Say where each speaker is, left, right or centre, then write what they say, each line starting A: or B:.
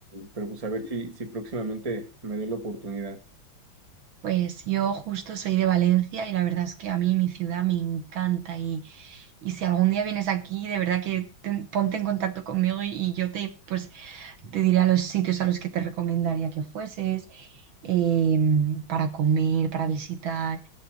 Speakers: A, on the right (about 20°); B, on the right (about 75°).
A: pero pues a ver si, si próximamente me doy la oportunidad.
B: Pues yo justo soy de Valencia y la verdad es que a mí mi ciudad me encanta y, y si algún día vienes aquí, de verdad que ten- ponte en contacto conmigo y, y yo te, pues, te diré a los sitios a los que te recomendaría que fueses em, para comer, para visitar,